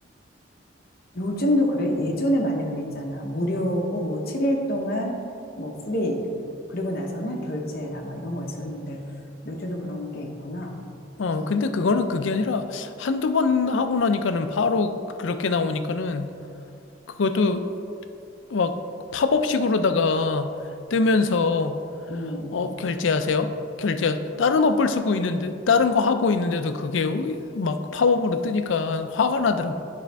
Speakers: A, on the left (about 50°); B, on the left (about 70°).
A: 요즘도 그래. 예전에 많이 그랬잖아. 무료고 뭐 7일 동안 뭐 프리 그리고 나서는 결제해라 막 이런 거 있었는데 요즘도 그런 게 있구나.
B: 어
A: 음,
B: 근데 그거는 그게 아니라 한두 번 하고 나니까는 바로 그렇게 나오니까는 그것도 막 팝업식으로다가 뜨면서
A: 음.
B: 어 결제하세요. 결제 다른 어플 쓰고 있는데 다른 거 하고 있는데도 그게 막 팝업으로 뜨니까 화가 나더라고.